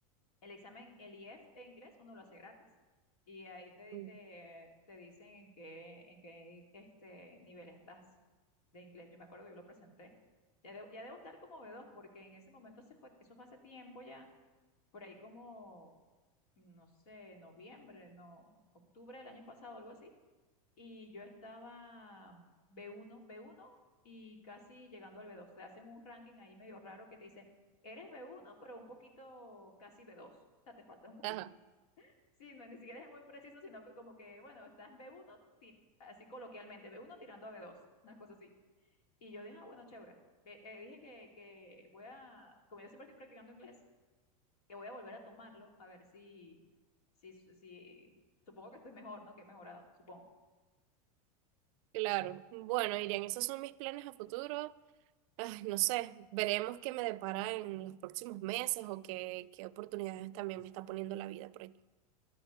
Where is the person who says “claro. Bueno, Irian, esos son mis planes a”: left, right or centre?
Right